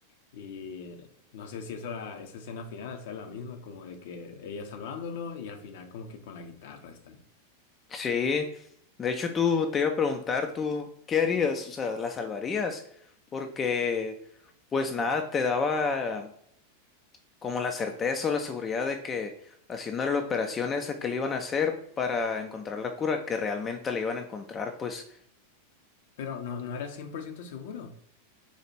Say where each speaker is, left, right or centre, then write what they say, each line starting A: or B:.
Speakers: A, on the left; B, on the left.
A: Y no sé si esa, esa escena final sea la misma, como de que ella salvándolo y al final como que con la guitarra están.
B: sí. De hecho, tú te iba a preguntar, tú, ¿qué harías? O sea, ¿la salvarías? Porque, pues nada, te daba. como la certeza o la seguridad de que haciéndole la operación esa que le iban a hacer para encontrar la cura, que realmente la iban a encontrar, pues,
A: Pero no, no era 100% seguro.